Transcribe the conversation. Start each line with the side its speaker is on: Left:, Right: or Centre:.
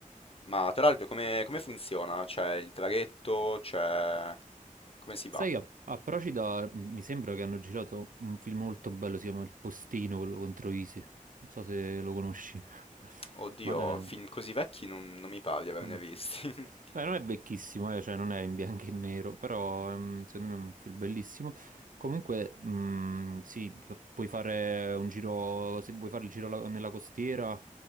Left: Ma tra l'altro come, come funziona? C'è il traghetto, c'è... come si
Right: Sai,
Left: va?
Right: a, a Procida m- mi sembra che hanno girato un film molto bello, si chiama Il Postino, quello contro Isi. Non so se lo conosci. <laughs>
Left: Oddio,
Right: Ma,
Left: film così vecchi non, non mi pare di averne
Right: eh, mm.
Left: visti. <laughs>
Right: Beh, non è vecchissimo, eh, cioè non è in bianco e nero, però ehm, secondo me è un film bellissimo. Comunque, mh, sì, pu- puoi fare un giro, se vuoi fare il giro la- nella costiera,